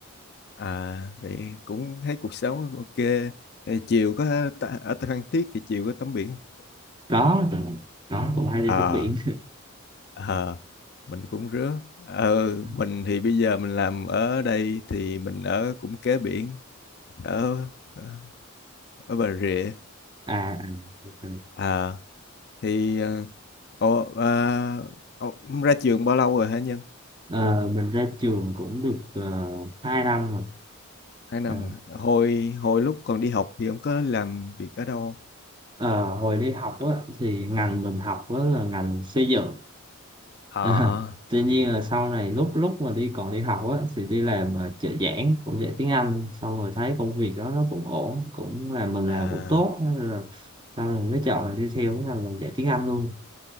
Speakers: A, on the left (about 50°); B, on the right (about 20°).
A: à vậy cũng thấy cuộc sống ok. Thì chiều có ta- ở Phan Thiết thì chiều có tắm biển không?
B: có có cũng hay đi
A: À,
B: tắm biển
A: à mình cũng rứa. Ờ,
B: <laughs>
A: mình thì bây giờ mình làm ở đây thì mình ở cũng kế biển ở ờ, ở Bà Rịa.
B: à, à ok.
A: À thì ờ, ồ, à, ồ, ông ra trường bao lâu rồi hả Nhân
B: Ờ, mình ra trường cũng được uh, 2 năm rồi
A: hai năm
B: Ờ,
A: rồi hồi hồi lúc còn đi học thì ông có làm việc ở đâu không
B: ờ, hồi đi học á, thì ngành mình học á, là ngành xây dựng <laughs>
A: Ờ,
B: À, tuy nhiên là sau này lúc lúc mà đi còn đi học á thì đi làm à, trợ giảng cũng dạy tiếng Anh xong rồi thấy công việc đó nó cũng ổn cũng là mình
A: à,
B: làm cũng tốt nên là sau này mới chọn là đi theo cái ngành là dạy tiếng Anh luôn